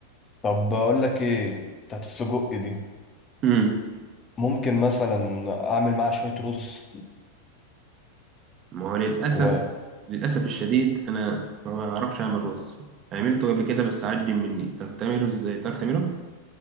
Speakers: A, on the left; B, on the right.
A: طب بقول لك ايه بتاعت السجق دي
B: مم.
A: ممكن مثلا اعمل معاها شويه رز
B: ما هو للأسف
A: و...
B: للأسف الشديد أنا ما بعرفش أعمل رز عملته قبل كده بس عجن مني طب تعمله إزاي بتعرف تعمله؟